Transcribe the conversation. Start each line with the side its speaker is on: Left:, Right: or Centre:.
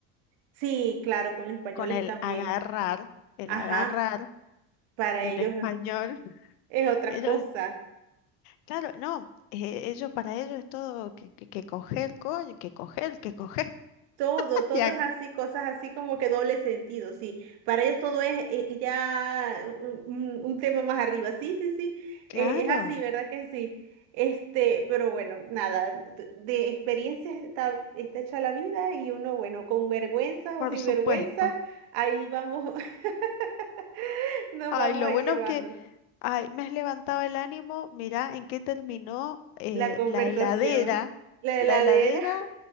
Right: sí, claro, con los españoles
Left: con el
Right: también.
Left: agarrar, el
Right: Ajá,
Left: agarrar
Right: para
Left: del
Right: ellos
Left: español.
Right: es,
Left: <laughs>
Right: es otra
Left: Ellos,
Right: cosa.
Left: claro, no, eh, ellos para ellos es todo que, que, que coger, coño, que coger, que coger.
Right: Todo,
Left: <laughs>
Right: todo
Left: Ya,
Right: es así, cosas así como que doble sentido, sí. Para ellos todo es eh, eh, ya un, un- un tema más arriba. Sí, sí, sí,
Left: claro,
Right: eh, es así, ¿verdad que sí? Este, pero bueno, nada, de, de experiencias está, está hecha la vida y uno, bueno, con vergüenza
Left: por
Right: o sin
Left: supuesto.
Right: vergüenza, ahí vamos, <laughs> nos
Left: Ay,
Right: vamos
Left: lo
Right: ahí
Left: bueno
Right: llevando
Left: es que, ay, me has levantado el ánimo, mirá en qué terminó eh,
Right: la conversación,
Left: la heladera.
Right: la
Left: La
Right: heladera.
Left: heladera